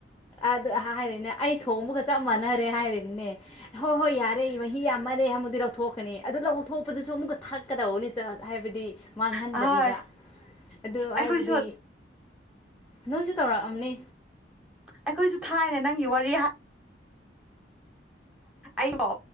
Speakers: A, on the left; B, in the centre.
A: ꯑꯗ ꯍꯥꯏꯔꯛꯏꯅꯦ ꯑꯩ ꯊꯣꯡꯕꯒ ꯆꯞ ꯃꯥꯟꯅ ꯍꯥꯏꯔꯦꯅꯦ ꯍꯣꯏ ꯍꯣꯏ ꯌꯥꯔꯦ ꯃꯍꯤ ꯌꯥꯝꯃꯦꯨꯗꯤ ꯂꯧꯊꯣꯛ ꯊꯀꯅꯤ ꯑꯗꯨ ꯂꯧꯊꯣꯛꯄꯗꯨꯁꯨ ꯑꯃꯨꯛꯀ ꯊꯛꯀꯗꯕꯧꯅꯤ ꯆꯠ ꯍꯥꯏꯕꯗꯤ ꯃꯥꯡꯍꯟꯗꯕꯤꯗ
B: ꯑꯍꯣꯏ
A: ꯑꯗꯨ
B: ꯑꯩꯈꯣꯏꯁꯨ
A: ꯍꯥꯏꯕꯗꯤ ꯅꯣꯏꯁꯨ ꯇꯧꯔꯛꯑꯝꯅꯤ
B: ꯑꯩꯈꯣꯏꯁꯨ ꯊꯥꯏꯅꯦ ꯅꯪꯒꯤ ꯋꯥꯔꯤ ꯑꯕꯣ